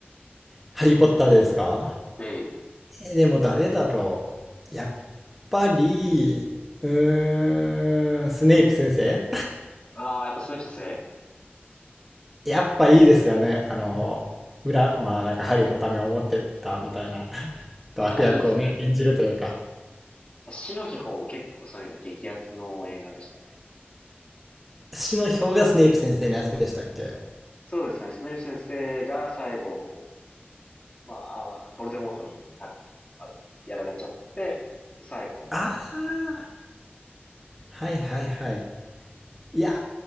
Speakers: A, in the centre; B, on the left (about 35°).
A: ハリーポッターですか
B: ええ。
A: えーでも誰だろう。やっぱり、うーん、スネイプ先生
B: ああ、やっぱスネイプ先生。
A: やっぱいいですよね。あの、裏、まあなんかハリーのためを思ってったみたいな <laughs> 悪役をね、
B: いやー、いいですね。
A: 演じるというか。
B: 死の秘宝も結構そういう意味では激アツの映画でしたね。
A: 死の票がスネイプ先生のやつでしたっけ
B: そうですね。スネイプ先生が最後、まあ、あボルデモートにな、まあ、やられちゃって、最後。
A: ああー、はいはいはい。いや